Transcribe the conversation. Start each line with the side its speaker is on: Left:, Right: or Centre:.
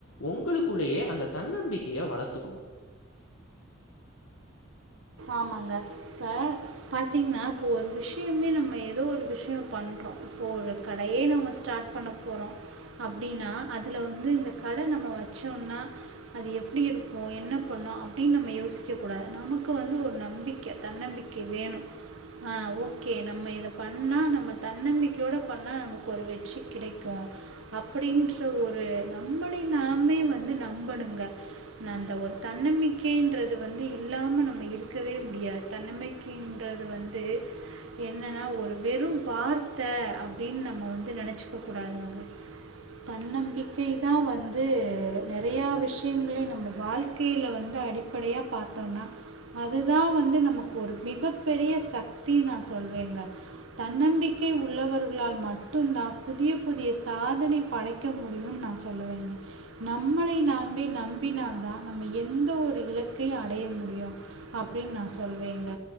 Left: உங்களுக்குள்ளயே அந்த தன்னம்பிக்கைய வளத்துக்கணு
Right: ஆமாங்க இப்ப பாத்தீங்கனா இப்போ ஒரு விஷயமே நம்ம ஏதோ ஒரு விஷயம் பண்றோ இப்போ ஒரு கடயே நம்ம ஸ்டாட் பண்ண போறோ அப்டின்னா அதுல வந்து இந்த கட நம்ம வச்சோம்னா அது எப்டி இருக்கு என்ன பண்ணு அப்டின் நம்ம யோசிக்க கூடாது நமக் க்கு வந்து ஒரு நம்பிக்க தன்னம்பிக்க வேனு ஆ ஓகே நம்ம இத பண்ணா நம்ம தன்னம்பிக்கையோட பண்ணா நமக்கு ஒரு வெற்றி கிடைக்கு அப்டீன்ற ஒரு நம்மளை நாமே வந்து நம்பணுங்க நா அந்த ஒரு தன்னம்பிக்கைன்றது வந்து இல்லாம நம்ம இருக்கவே முடியாது தன்னமைக்கின்றது வந்து என்னன்னா ஒரு வெறு வார்த்த அப்டின் நம்ம வந்து நெனச்சுக்க கூடாதுங்க தன்னம்பிக்கை தா வந்து நெறயா விஷயங்கள நம்ம வாழ்க்கையில வந்து அடிப்ப ப்படையா பாத்தோன்னா அதுதா வந்து நமக்கு ஒரு மிகப் பெரிய சக்தி நா சொல்லுவேங்க தன்னம்பிக்கை உள்ளவர்களால் மட்டுந்தான் புதிய புதிய சாதனை படை க்க முடியுன்னு நா சொல்லுவேங்க நம்மளை நாமே நம்பினால் தா நம்ம எந்த ஒரு இலக்கையு அடைய முடியு அப்டின் நா சொல்லுவேங்க